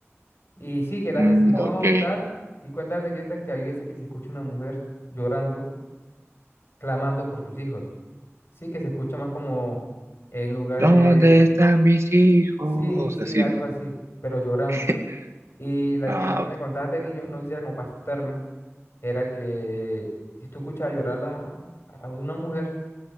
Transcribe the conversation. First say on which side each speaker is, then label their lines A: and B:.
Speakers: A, on the left; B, on the right.
A: Y sí, que la asesinó
B: Mm, ok.
A: tal, y cuenta la leyenda que hay veces que se escucha una mujer llorando, clamando por sus hijos. Sí, que se escucha más como en lugares,
B: ¿Dónde están mis hijos?
A: sí, sí,
B: Así,
A: algo
B: ¿no?
A: así, pero llorando.
B: <laughs>
A: Y las
B: Ah,
A: leyendas
B: ok.
A: me contaban de niño, no sé si era como para asustarme, era que si tú escuchabas llorar a, a una mujer,